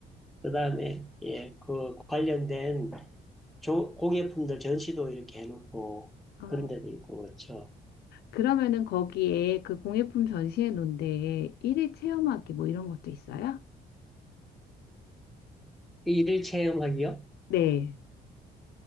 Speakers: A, in the centre; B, on the left (about 90°).
A: 그다음에 예, 그 관련된 조, 공예품들 전시도 이렇게 해놓고
B: 어.
A: 그런 데도 있고 그렇죠.
B: 그러면은 거기에 그 공예품 전시회 놓은데 일일 체험하기 뭐 이런 것도 있어요?
A: 일일 체험하기요?
B: 네.